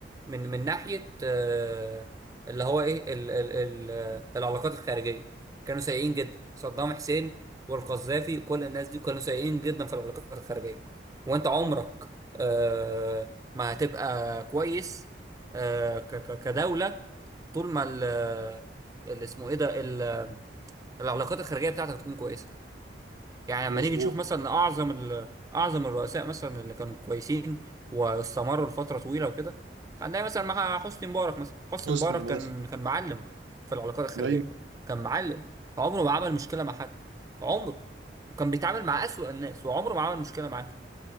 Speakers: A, on the right (about 20°); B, on the right (about 80°).
A: من من ناحية آه، اللي هو إيه ال ال ال العلاقات الخارجية كانوا سيئين جدا صدام حسين والقذافي كل الناس دي كانوا سيئين جدا في العلاقات الخارجية وأنت عمرك آه، ما هتبقى كويس آه، ك- ك- كدولة طول ما ال- آه، اللي اسمه ايه ده ال- العلاقات الخارجية بتاعتك تكون كويسة يعني
B: مظبوط
A: لما نيجي نشوف مثلا اعظم ال... اعظم الرؤساء مثلا اللي كانوا كويسين واستمروا لفتره طويله وكده هنلاقي مثلا مع حسني مبارك مثلا حسني
B: حسني
A: مبارك
B: ماشي
A: كان كان معلم في العلاقات الخارجيه
B: ايوه
A: كان معلم عمره ما عمل مشكله مع حد عمره وكان بيتعامل مع أسوأ الناس وعمره ما عمل مشكله معاه